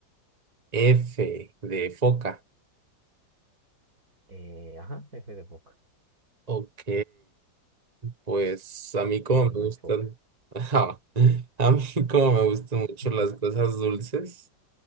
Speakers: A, on the right; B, on the right.
A: F de foca.
B: Eh, ajá, F de foca,
A: Ok, pues a mí como
B: pero
A: me
B: no
A: gustan,
B: es foca.
A: <laughs> ajá, a mí como me gustan mucho
B: <laughs>
A: las cosas dulces,